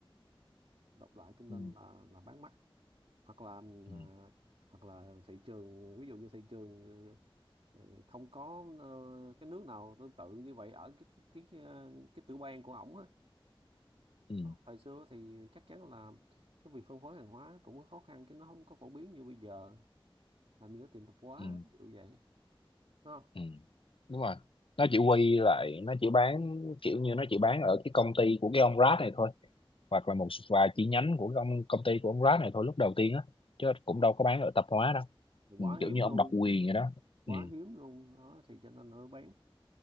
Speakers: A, on the right; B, on the left.
A: độc lạ cho nên
B: ừ.
A: là là bán mắc hoặc là
B: Ừ.
A: à, hoặc là thị trường ví dụ như thị trường ờ, ờ, không có ờ, cái nước nào tương tự như vậy ở cái cái cái ờ, cái tiểu bang của ổng á
B: Ừ.
A: thời xưa thì chắc chắn là cái việc phân phối hàng hóa cũng có khó khăn chứ nó không có phổ biến như bây giờ làm gì có tiền tạp hóa
B: Ừ.
A: ví dụ vậy đúng không
B: Ừ. đúng rồi nó chỉ quy lại nó chỉ bán kiểu như nó chỉ bán ở cái công ty của cái ông Rad này thôi hoặc là một vài chi nhánh của công công ty của ông Rad này thôi lúc đầu tiên á chứ cũng đâu có bán ở tạp hóa đâu
A: quá
B: ừ.
A: hiếm
B: kiểu như
A: luôn
B: ông độc quyền vậy đó
A: quá
B: ừ.
A: hiếm luôn đó thì cho nên nó mới bán